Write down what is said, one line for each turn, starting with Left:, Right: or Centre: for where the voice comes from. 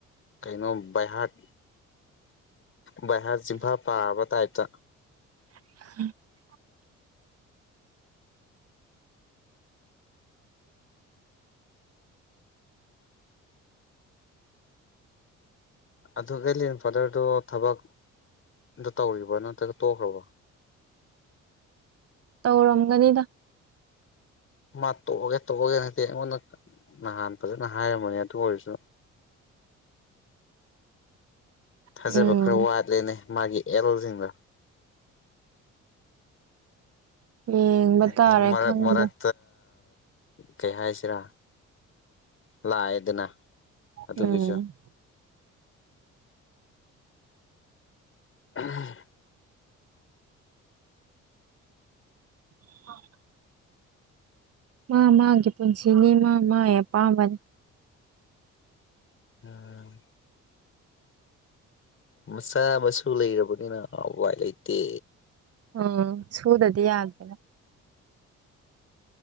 Left: ꯀꯩꯅꯣ ꯕꯥꯩꯍꯥꯔꯠ ꯕꯥꯩꯍꯥꯔꯠ ꯆꯤꯡꯐꯥ ꯄꯥꯕ ꯇꯥꯏꯞꯇ
Right: <unintelligible>
Left: ꯑꯗꯨ ꯂꯦꯟꯐꯥꯗꯔꯗꯨꯣ ꯊꯕꯛ ꯗꯣ ꯇꯧꯔꯤꯕ꯭ꯔꯥ ꯅꯠꯇ꯭ꯔꯒ ꯇꯣꯛꯈ꯭ꯔꯕꯣ
Right: ꯇꯧꯔꯝꯒꯅꯤꯗ
Left: ꯃꯥ ꯇꯣꯛꯑꯒꯦ ꯇꯣꯛꯑꯒꯦ ꯍꯥꯏꯗꯤ ꯑꯩꯉꯣꯟꯗ ꯅꯍꯥꯟ ꯐꯖꯅ ꯍꯥꯏꯔꯝꯕꯅꯦ ꯑꯗꯨ ꯑꯣꯏꯔꯁꯨ ꯊꯥꯖꯕ
Right: ꯎꯝ
Left: ꯈꯔ ꯋꯥꯠꯂꯦꯅꯦ ꯃꯥꯒꯤ ꯑꯦꯜꯁꯤꯡꯗꯣ
Right: ꯌꯦꯡꯕ ꯇꯥꯔꯦ
Left: ꯗꯤ ꯃꯔꯛ
Right: ꯈꯪꯗꯦ
Left: ꯃꯔꯛ ꯀꯩ ꯍꯥꯏꯁꯤꯔꯥ ꯂꯥꯛꯑꯦꯗꯅ ꯑꯗꯨꯒꯤꯁꯨ
Right: ꯎꯝ
Left: <unintelligible>
Right: <unintelligible> ꯃꯥ ꯃꯥꯒꯤ ꯄꯨꯟꯁꯤꯅꯤ ꯃꯥ ꯃꯥꯒꯤ ꯑꯄꯥꯝꯕꯅꯤ
Left: ꯎꯝ ꯃꯆꯥ ꯃꯁꯨ ꯂꯩꯔꯕꯅꯤꯅ ꯎꯋꯥꯏ ꯂꯩꯇꯦ
Right: ꯎꯝ ꯁꯨꯗꯗꯤ ꯌꯥꯗꯦ